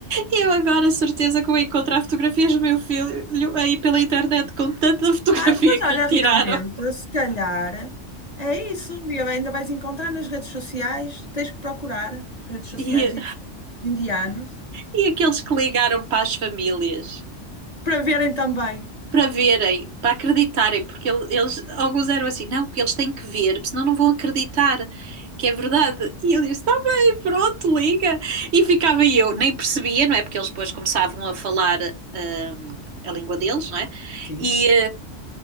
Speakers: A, on the right; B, on the left.
A: Eu agora, certeza que vou encontrar fotografias do meu filho aí pela internet com tanta <laughs> fotografia
B: Ah, pois olha,
A: que lhe
B: realmente,
A: tiraram.
B: se calhar é isso. Um dia ainda vais encontrar nas redes sociais, tens que procurar redes sociais
A: E,
B: in- indianas
A: e aqueles que ligaram para as famílias
B: para verem também.
A: para verem, para acreditarem, porque ele- eles, alguns eram assim, não, porque eles têm que ver, porque senão não vão acreditar que é verdade. E eu disse, está bem, pronto, liga. E ficava eu, nem percebia, não é? Porque eles depois começavam a falar. hum, a língua deles, não é?
B: Sim,
A: E,